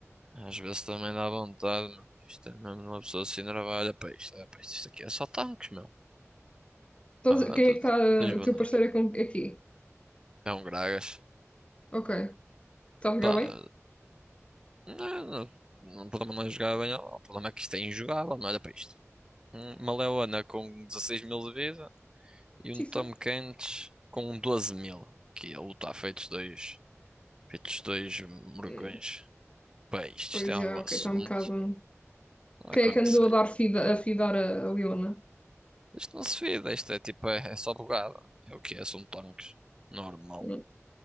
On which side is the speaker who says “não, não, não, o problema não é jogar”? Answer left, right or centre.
Right